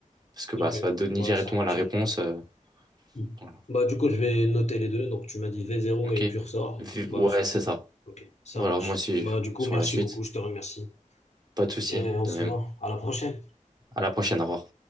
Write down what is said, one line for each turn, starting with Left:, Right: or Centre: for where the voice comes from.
Right: Parce que
Left: Ok,
Right: bah, ça va donner
Left: bah,
Right: directement
Left: ça marche.
Right: la réponse. euh,
Left: Hmm.
Right: voilà.
Left: Bah, du coup, je vais noter les deux. Donc, tu m'as dit v zéro
Right: Ok.
Left: et cursor.
Right: Vi-
Left: Bah,
Right: Ouais,
Left: c'est
Right: c'est
Left: bon.
Right: ça.
Left: Ok, ça
Right: Voilà,
Left: marche.
Right: moi, c'est
Left: Bah, du coup,
Right: sur
Left: merci
Right: la suite.
Left: beaucoup. Je te remercie.
Right: Pas de souci,
Left: Et on
Right: de
Left: se
Right: même.
Left: voit. À la prochaine.
Right: À la prochaine, au revoir.